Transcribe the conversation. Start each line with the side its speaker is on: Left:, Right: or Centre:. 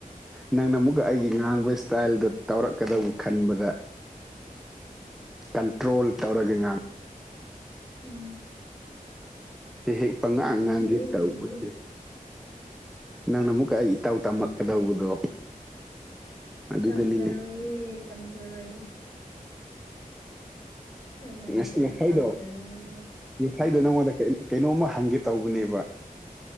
Centre: ꯅꯪꯅ ꯑꯃꯨꯛꯀ ꯑꯩꯒꯤ ꯉꯥꯡꯕ ꯏꯁꯇꯥꯏꯜꯗ ꯇꯧꯔꯛꯀꯗꯧꯕ ꯈꯟꯕꯗ ꯀꯟꯇ꯭ꯔꯣꯜ ꯇꯧꯔꯒꯉ
Left: ꯎꯝ
Centre: ꯍꯦꯛ ꯍꯦꯛ ꯄꯪꯉꯥꯡ
Left: ꯌꯥꯝ
Centre: ꯉꯉꯥꯡꯒꯤꯦ
Left: ꯐꯩꯌꯦ ꯑꯗꯨꯗꯤ
Centre: ꯇꯔꯨꯛ ꯑꯣꯏꯁ ꯅꯪꯅ ꯑꯃꯨꯛꯀ ꯑꯩ ꯏꯇꯥꯎ ꯇꯝꯃꯛꯀꯗꯧꯕꯗꯣ ꯑꯗꯨꯗꯅꯤꯅꯦ
Left: ꯇꯝꯖꯔꯣꯏꯌꯦꯦ ꯇꯝꯖꯔꯣꯏꯌꯦ ꯑꯩ ꯌꯥꯝ
Centre: ꯉ
Left: ꯒ꯭ꯌꯥꯟ
Centre: ꯉꯥꯏꯗꯣ
Left: ꯇꯥꯖꯔꯦ
Centre: ꯉꯁꯥꯏꯗꯣ
Left: ꯑꯥꯎ
Centre: ꯅꯪꯉꯣꯟꯗ ꯀꯩꯅꯣꯝꯃ ꯍꯪꯒꯦ ꯇꯧꯕꯅꯦꯕ